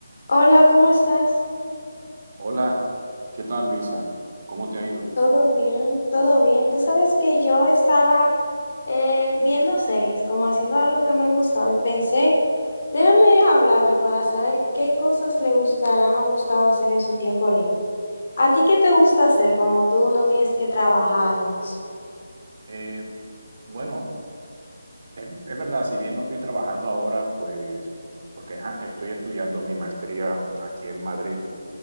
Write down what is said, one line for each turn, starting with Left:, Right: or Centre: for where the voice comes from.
Left: Hola, ¿cómo estás?
Right: Hola, ¿qué tal Luisa? ¿Cómo te ha ido?
Left: ¿Todo bien? ¿Todo bien? Tú sabes que yo estaba eh, viendo series, como haciendo algo que me gustaba y pensé, déjame hablarle para saber qué cosas le gustarán o gustaba hacer en su tiempo libre. ¿A ti qué te gusta hacer cuando tú no tienes que trabajar o eso?
Right: Eh, bueno, es, es verdad, si bien no estoy trabajando ahora, pues porque ajá, estoy estudiando mi maestría aquí en Madrid,